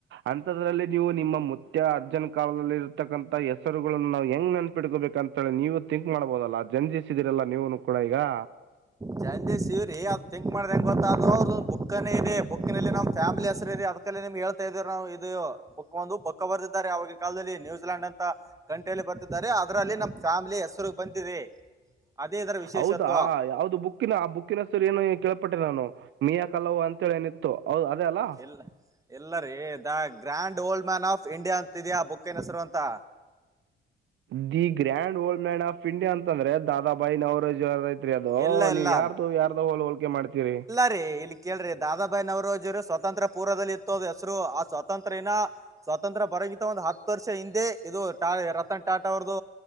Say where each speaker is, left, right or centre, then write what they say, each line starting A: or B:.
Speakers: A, on the right; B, on the right.
A: ಅಂಥದ್ರಲ್ಲಿ ನೀವು ನಿಮ್ಮ ಮುತ್ಯಾ ಅಜ್ಜನ ಕಾಲದಲ್ಲಿ ಇರತಕ್ಕಂತ ಹೆಸರುಗಳನ್ನು ನಾವು ಹೆಂಗ್ ನೆನ್ಪಿಡ್ಕೋಬೇಕಂತ. ತ್ತೇಳಿ ನೀವು ತಿಂಕ್ ಮಾಡ್ಬೋದಲ್ಲಾ ಜಂಜಿಸಿದೀರಲ್ಲ ನೀವುನು ಕೂಡ ಈಗಾ.
B: ಜಂಜ ಶಿವವ್ರೀ ಅವರ ತಿಂಕ ಮಾಡದ ಹೆಂಗ ಗೊತ್ತಅಂದ್ರ ಅವ್ರದ ಬುಕ್ಕನೆ ಇದೆ. ಬುಕ್ನಲ್ಲಿ ನಮ್ಮ ಪ್ಯಾಮಲಿ ಹೆಸರು ಇದೆ. ಅದ ಬುಕ್ಕಲ್ಲೇ ನಿಮ್ಗೆ ಹೇಳ್ತಾ ಇದೀರು ನಾವು ಇದು ಬುಕ್ಕು ಒಂದು ಬುಕ್ಕು ಬರೆದಿದ್ದಾರೆ ಆವಾಗಿನ ಕಾಲದಲ್ಲಿ ನ್ಯೂಜಿಲೆಯಾಂಡ್ ಅಂತಾ. ಗಂಟೆಯಲ್ಲಿ ಬರ್ತಿದ್ದಾರೆ ಅದರಲ್ಲಿ ನಮ್ಮ ಫ್ಯಾಮಿಲಿ ಹೆಸರು ಬಂದಿದೆ ಅದೇ ಇದರ. ವಿಶೇಷತ್ವ
A: ಹೌದಾ ಯಾವದು ಬುಕ್ಕಿನ ಆ ಬುಕ್ಕಿನ ಹೆಸರು ಏನು ಕೇಳ್ಪಟ್ಟ ನಾನು ಮೀಯಾ ಕಲವು ಅಂತೇಳಿ ನ. ತ್ತು ಹೌದು ಅದೇ ಅಲ್ಲಾ.
B: ಇಲ್ಲಾ ಎಲ್ಲರಿ the grand old man of India ಅಂತಿದ್ಯಾ ಬುಕ್ಕಿನ ಹೆಸರು ಅಂತಾ.
A: The grand old man of India ಅಂತಂದ್ರೆ ದಾದಾಬಾಯಿ ನವರೋಜಿ ಅವರದ ಐತ. ತ್ರಿ ಅದೋ
B: ಇಲ್ಲ ಇಲ್ಲ
A: ನೀವ ಯಾರ್ದು ಹೋಗಿ ಯಾರ್ದ ಹೋಲ ಹೋಲ್ಕೆ ಮಾಡ್ತೀರಿ.
B: ಡ್ರಿ ಇಲ್ಲಿ ಕೇಳ್ರಿ ದಾದಾಬಾಯಿ ನವರೋಜಿ ಅವರು ಸ್ವಾತಂತ್ರ್ಯ ಪೂರ್ವದಲ್ಲಿ ಇತ್ತು ಅದು ಹೆಸರು ಆ ಸ್ವಾತಂತ್ರ್ಯಏನ. ಸ್ವಾತಂತ್ರ ಬರಕಿಂತ ಒಂದು ಹತ್ತು ವರ್ಷ ಹಿಂದೆ ಇದು ಟಾ ರತನ್ ಟಾಟಾ ಅವರ್ದ